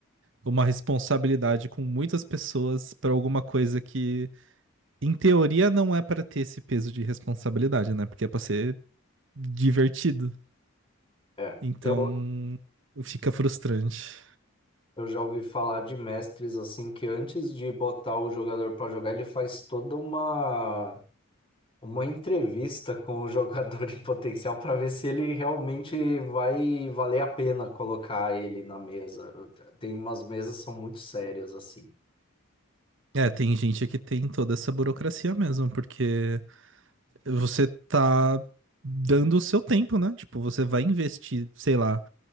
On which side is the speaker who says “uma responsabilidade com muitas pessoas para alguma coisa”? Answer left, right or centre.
Right